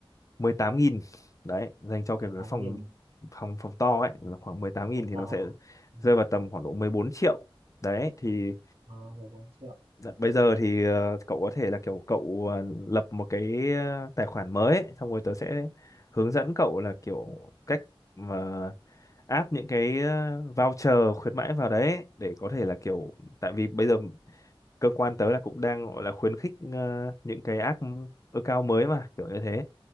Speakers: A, on the left; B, on the right.
A: mười tám nghìn đấy dành cho kiểu
B: mười
A: cái
B: tám
A: phòng
B: nghìn
A: phòng phòng to ấy là khoảng mười tám nghìn
B: phòng
A: thì
B: to
A: nó sẽ
B: ừ.
A: rơi vào tầm khoảng độ 14 triệu đấy thì
B: à, 14 triệu
A: đ- bây giờ thì ờ, cậu có thể là kiểu cậu ờ, lập một cái ờ, tài khoản mới ấy, xong rồi tớ sẽ hướng dẫn cậu là kiểu cách mà áp những cái ờ, voucher khuyến mãi vào đấy ấy, để có thể là kiểu tại vì bây giờ cơ quan tớ là cũng đang gọi là khuyến khích ờ, những cái app ừ, account mới mà kiểu như thế